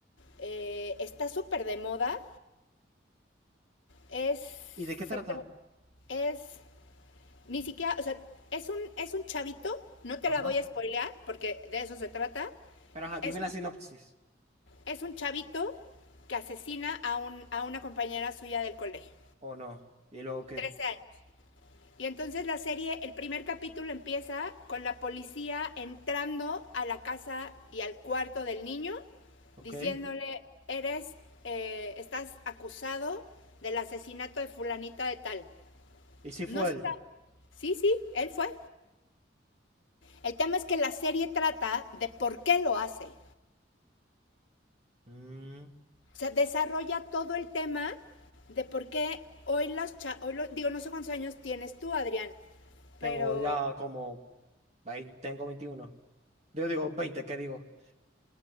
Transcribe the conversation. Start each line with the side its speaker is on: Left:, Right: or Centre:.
Left: eh, está súper de moda, es,
Right: ¿Y de qué trata?
Left: se tra- es, ni siquiera, o sea, es un, es un chavito, no te
Right: Ajá.
Left: la voy a spoilear porque de eso se trata,
Right: Pero ajá, dime
Left: es un
Right: la sinopsis.
Left: Es un chavito que asesina a, un, a una compañera suya del colegio.
Right: ¿O no? ¿Y luego qué?
Left: trece años. Y entonces la serie, el primer capítulo empieza con la policía entrando a la casa y al cuarto del niño,
Right: ¿Ok?
Left: diciéndole, eres, eh, estás acusado del asesinato de fulanita de tal.
Right: ¿Y si
Left: No
Right: fue
Left: está.
Right: él?
Left: Sí, sí, él fue. El tema es que la serie trata de por qué lo hace.
Right: Mm.
Left: O sea, desarrolla todo el tema de por qué hoy las cha digo, no sé cuántos años tienes tú, Adrián,
Right: Tengo
Left: pero
Right: ya como, vein- tengo veintiuno Yo digo veinte ¿qué digo?